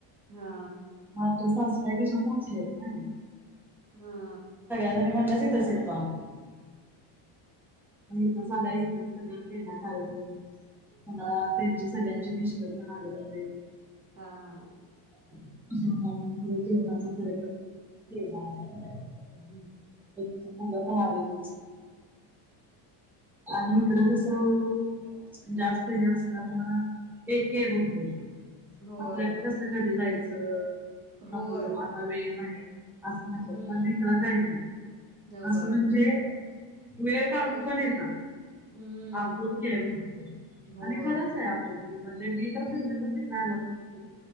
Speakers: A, on the right; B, in the centre.
A: हा
B: हा तुझ्या सासूबाईपेक्षा मोठेय. <inaudible>
A: हा.
B: म्हणलं तिथंच येतो आम्ही. इथंच आल्या इथंच सगळ केलं कार्यक्रम. पुन्हा त्यांचे सगळ्यांचे मिस्टर पण आले होते.
A: हा.
B: ह, जेवणाचं खरं तर <inaudible>
A: हम्म.
B: मुलं पण आलेली. आणि इकडे तस हं. जास्त हे असल्यामुळं एक हे भरपूर
A: होय
B: आपल्याकडे कसं कधी जाय च
A: होय
B: नको, आता वेळ नाही असं
A: हम्म
B: म्हणतात पण इकडं काही नाही
A: होय.
B: असं म्हणजे वेळ काढून
A: आपुलकी
B: पण येतात.
A: हम्म
B: आपुलकीय भरपूर
A: होय
B: आणि खरंच आहे आपुल म्हणजे मी तर पहिल्यांदा तिथनं आल्यावर बघी